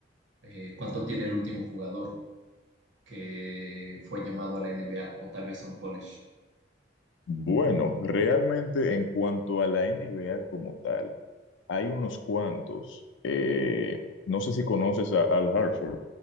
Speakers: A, on the right; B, on the left.
A: eh, cuánto tiene el último jugador que fue llamado a la NBA o tal vez a un college?
B: Bueno, realmente en cuanto a la NBA como tal. Hay unos cuantos. eh, no sé si conoces a Al Hartford.